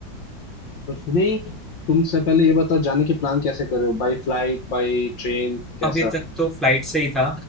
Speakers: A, on the left (about 70°); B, in the centre.
A: कुछ नहीं तुमसे पहले ये बताओ जाने के प्लान कैसे कर रहे हो बाई फ्लाइट बाई ट्रेन कैसा
B: अभी तक तो फ्लाइट से ही था